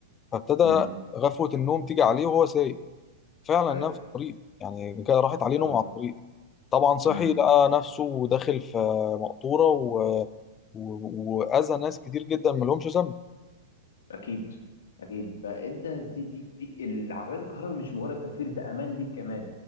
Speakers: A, on the left; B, on the left.
A: فابتدى
B: امم
A: غفوة النوم تيجي عليه وهو سايق فعلا
B: ايوه
A: نام في الطريق يعني كده راحت عليه
B: اه
A: نوم على الطريق طبعا صحي
B: امم
A: لقى نفسه داخل في مقطورة و... و... وأذى ناس كتير جدا ملهمش ذنب
B: اكيد اكيد فانت دي دي دي العربيات الكهرباء مش مجرد توفير ده امان ليك كمان